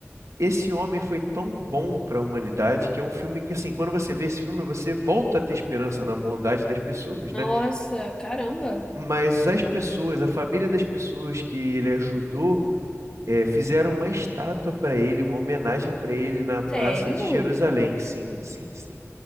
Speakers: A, on the right; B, on the left.
A: esse homem foi tão bom para a humanidade que é um filme que, assim, quando você vê esse filme, você volta a ter esperança na bondade das pessoas,
B: Nossa,
A: né?
B: caramba.
A: Mas as pessoas, a família das pessoas que ele ajudou, eh, fizeram uma estátua para ele, uma homenagem para ele na
B: Sério?
A: Praça de Jerusalém. Sim, sim, sim.